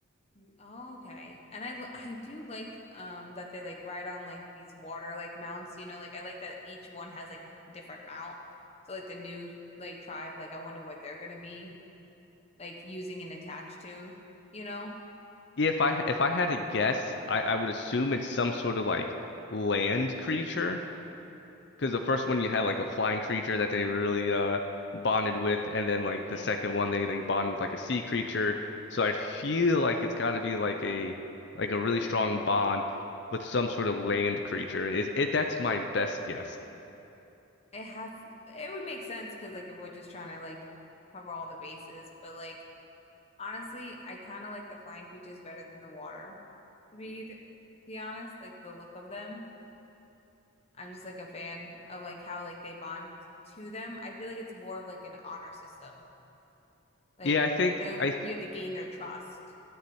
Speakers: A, on the left (about 30°); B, on the left (about 55°).
A: <laughs> Oh, okay. And I li- I do like um that they like ride on like these water like mounts, you know, like I like that each one has like different mount. So like the new like tribe, like I wonder what they're gonna be like using and attached to, you know?
B: If I if I had to guess, I I would assume it's some sort of like land creature Because the first one you had like a flying creature that they really uh bonded with, and then like
A: Yeah.
B: the second one they they bond with like a sea creature. So I feel like it's got to be like a like a really strong bond with some sort of land creature. Is it? That's my best guess.
A: It has, it would make sense because, like, if we're just trying to, like, cover all the bases, but, like, honestly, I kind of like the flying creatures better than the water, to be, to be honest, like, the look of them. I'm just, like, a fan of, like, how, like, they bond to them. I feel like it's more of, like, an honor system. Like,
B: Yeah, I think
A: you know,
B: I th-
A: you have to gain their trust.